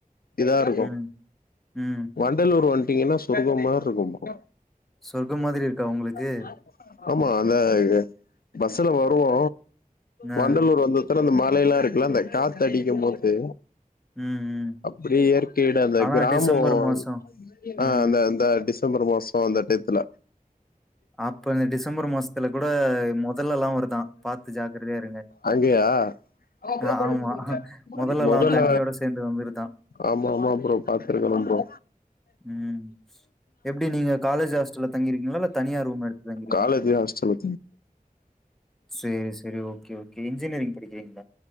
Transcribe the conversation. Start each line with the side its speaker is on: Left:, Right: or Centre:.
Left: இதா இருக்கு
Centre: ம், ம்.
Left: வண்டலூர் வந்ட்டீங்கன்னா சொற்க்கமாரி இருக்கு
Centre: சொர்க்கம் மாதிரி இருக்கா உங்களுக்கு?
Left: <unintelligible> ஆமா அதா இ பஸ் பஸூல வருவோ
Centre: ஆ.
Left: வண்டலூர் வந்து அத்தட்ல அந்த மலை எல்லா இருக்கல்ல அந்த காத்து அடிக்கும் போது
Centre: ம் ம்
Left: அப்டி இயற்கையீட அந்த
Centre: ஆனா
Left: கிராமு
Centre: டிசம்பர்
Left: <unintelligible>
Centre: மாசோ
Left: ஆ
Centre: ம்
Left: அந்த அந்த டிசம்பர் மாசம் அந்த டேய்த்துல
Centre: அப்ப இந்த டிசம்பர் மாசத்துல கூட முதல்லல்லா வருதா பாத்து ஜாக்கிரதயா இருங்க
Left: அங்கயா <unintelligible>
Centre: ஆ ஆமா மொதல்லல்லா
Left: முதல்ல
Centre: தண்ணியோட சேந்து வந்துருதா
Left: ஆமா ஆமா ப்ரோ பாத்துருக்கனோ ப்ரோ
Centre: ம் எப்டி நீங்க காலேஜ் ஹாஸ்டல்ல தங்கிருக்கீங்களா இல்ல தனியா ரூம் எடுத்து தங்கிருக்கீங்களா
Left: காலேஜ் ஹாஸ்டல்
Centre: சரி சரி ஓகே ஓகே இன்ஜினியரிங் படிக்கிறீங்